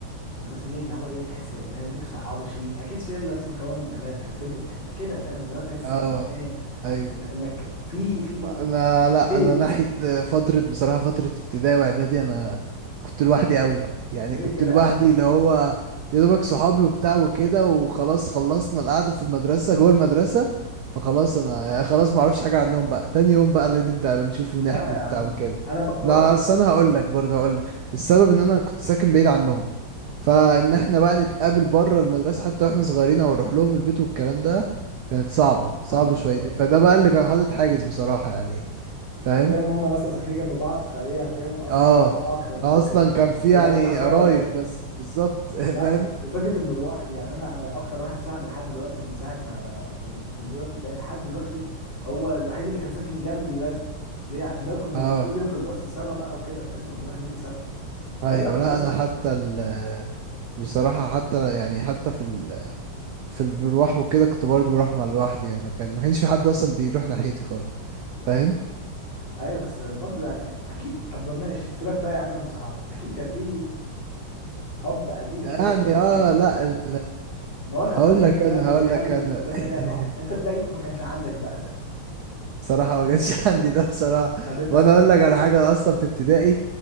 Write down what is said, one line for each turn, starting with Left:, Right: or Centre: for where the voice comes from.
Left: المدرسة دي اللي هو ايه تحس يعني ليك صحاب شل... اكيد شله مثلا مكونة من ثلاثة بنت بتحبك كده فاهم اللي هو تحس
Right: اه
Left: ان ايه
Right: ايوه
Left: إن... انك في في
Right: انا لا
Left: ديت
Right: انا ناحيه آه، فتره بصراحه فتره ابتدائي واعدادي انا كنت لوحدي قوي يعني
Left: ليه
Right: كنت
Left: كده
Right: لوحدي
Left: يا عم
Right: اللي هو يا دوبك صحابي وبتاع وكده وخلاص خلصنا القعده في المدرسه جوه المدرسه فخلاص انا يعني خلاص ما اعرفش حاجه عنهم بقى تاني يوم بقى اللي نبدا نشوف ونحكي
Left: لا يا
Right: وبتاع
Left: عم
Right: وكده
Left: انا ب...
Right: ما
Left: اه
Right: أصل انا هقول لك برضه هقول لك السبب ان انا كنت ساكن بعيد عنهم فان احنا بقى نتقابل بره المدرسه حتى واحنا صغيرين او نروح لهم البيت والكلام ده كانت صعبة صعبة
Left: آه، بالظبط
Right: شويتين فده بقى اللي كان حاطط حاجز بصراحة يعني فاهم
Left: بتلاقيهم هم مثلا ساكنين جنب بعض فايه هتلاقيهم اصلا
Right: اه
Left: صحاب اكتر بقى
Right: آه،
Left: وكده
Right: اصلا
Left: فاهم
Right: كان في
Left: بيروحوا
Right: يعني
Left: سوا
Right: قرايب
Left: وكده
Right: بس بالظبط <laughs>
Left: لا
Right: فاهم
Left: و- وفكره المروحه دي يعني انا انا اكتر واحد صاحبي لحد دلوقتي من ساعه ما في ال- من اولى ابتدائي لحد دلوقتي هو الوحيد اللي كان ساكن جنبي لزق ليه عشان ده كنا
Right: اه
Left: كل يوم في الباص سوا بقى وكده فاهمني ونروح نيجي سوا فده
Right: ايوه
Left: اللي خلاص
Right: لا انا
Left: أ-
Right: حتى ال بصراحة حتى يعني حتى في ال في ال- بروح وكده كنت برضه بروح مع لوحدي يعني ما كان ما كانش في حد اصلا بيروح ناحيتي خالص فاهم
Left: ايوه بس برضو يعني اكيد طب ماشي سيبك بقى يا عم من صحاب اكيد كان في حب قديم
Right: يعني
Left: كده الحب القديم
Right: اه
Left: ده
Right: لا ال
Left: ما هو الحب
Right: هقول
Left: القديم
Right: لك
Left: ده
Right: انا
Left: اللي
Right: هقول
Left: بيخلي
Right: لك انا
Left: المدرسه
Right: <laughs>
Left: ليها طعم انت تلاقيك ما كانش عندك بقى ده
Right: بصراحة ما كانش <laughs> عندي ده بصراحة
Left: طب انت
Right: وانا اقول لك على حاجة أنا اصلا في ابتدائي